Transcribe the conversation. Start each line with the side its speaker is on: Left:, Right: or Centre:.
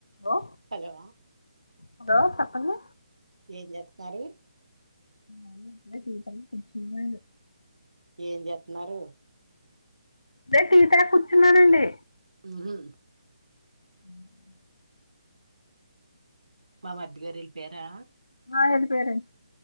Left: Hello
Right: hello
Left: hello చెప్పండి
Right: ఏం జేస్తున్నారు
Left: ఉమ్ ఇప్పుడే టీ తాగి కూర్చున్నాము
Right: ఏం జేతున్నారు
Left: ఇప్పుడే టీ తాగి కూర్చున్నానండి
Right: ఉహు
Left: ఉహ్
Right: మా మరిద్దీగారు వెళ్లిపోయారా
Left: ఆ ఎల్లిపోయారండి